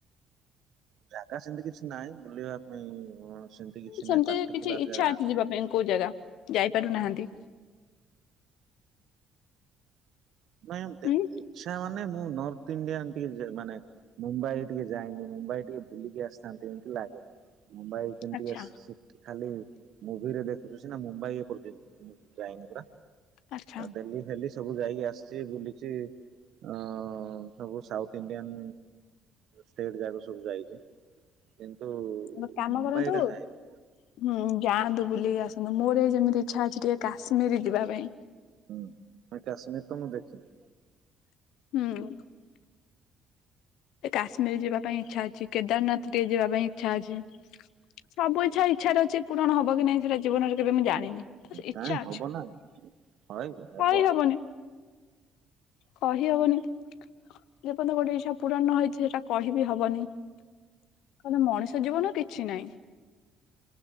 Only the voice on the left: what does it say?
ସେମିତି
କିଛି ଇଚ୍ଛା
ଅଛି ଯିବା ପାଇଁ କୋଉ ଜାଗା? ଯାଇପାରୁନାହାନ୍ତି।
ହୁଁ
ଆଚ୍ଛା
ଆଚ୍ଛା।
ଗୋଟେ କାମ
କରନ୍ତୁ
ହୁଁ
ଯାଆନ୍ତୁ ବୁଲିକି ଆସ ନ୍ତୁ ମୋର ଯେମିତି ଇଚ୍ଛା ଅଛି ଟିକେ କାଶ୍ମୀର ଯିବା ପାଇଁ।
ହୁଁ। କାଶ୍ମୀର ଯିବା ପାଇଁ ଇଚ୍ଛା ଅଛି କେଦାରନାଥ ଟିକେ ଯିବା ପାଇଁ ଇଚ୍ଛା ଅଛି ସବୁ ଇଚ୍ଛା ଇଚ୍ଛାରେ ଅଛି ପୂରଣ ହବ କି ନାଇଁ ସେଟା ଜୀବନରେ କେବେ ମୁଁ ଜାଣିନି। ଇଚ୍ଛା
ଅଛି
କହି ହବନି।
କହିହବନି ଯେପର୍ଯ୍ୟ ଗୋଟେ ଇଚଛା ପୁରଣ ହେଇଛି ସେଇଟା କହିିବି ହବନି। କହଲେ ମଣିଷ ଜୀବନ କିଛି ନହିଁ।